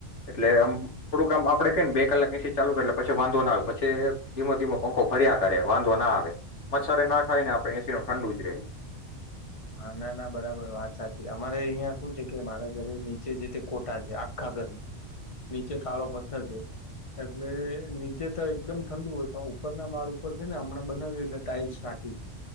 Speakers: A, on the left (about 70°); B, on the left (about 30°).
A: એટલે આમ થોડું કામ આપડે ક ને બે કલાક એસી ચાલુ કરે એટલે પછી વાંધો ના આવે પછી ધીમો ધીમો પંખો ફર્યા કરે વાંધો ના આવે, મચ્છરે ના ખાય ને આપે એસીીણું ઠંડુ જ રહેે.
B: હ ના ના બરાબર વાત સાચી અમારે અહિયાં શું છે કે મારા ઘરે નીચે છે તે કોઠા છે આખા ઘરમાં, નીચે કાળો પથ્થર છે,, એટલે નીચે તો એકદમ ઠંડુ હોય પણ ઉપરના માળ ઉપર છે ને હમણાં બનાવ્યું એટલે ટાાઈલ્સ નાખી છે,